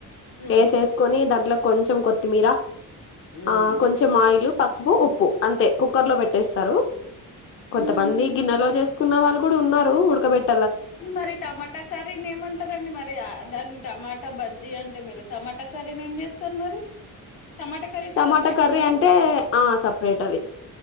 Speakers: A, on the left (about 80°); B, on the left (about 40°).
A: హ్మ్.
B: వేసేసుకొని దాంట్లో కొంచెం కొత్తిమీర
A: హ్మ్.
B: ఆ కొంచెం ఆయిలు పసుపు ఉప్పు అంతే కుక్కర్ లో పెట్టేస్తారు కొంతమంది
A: హ్మ్.
B: గిన్నెలో చే కున్న వాళ్ళ కూడా ఉన్నారు ఉడకబెట్
A: మరి టమాటా కర్రీని ఏమంటారండి మరి దాని టమాటా బ జీ అంటే మీరు టమోటా కర్రీని ఏం చేస్తారు మరి టమాటా కర్రీ
B: టమోటా
A: సపరేటా
B: కర్రీ
A: మళ్ళీ
B: అంటే ఆ సపరేట్ అది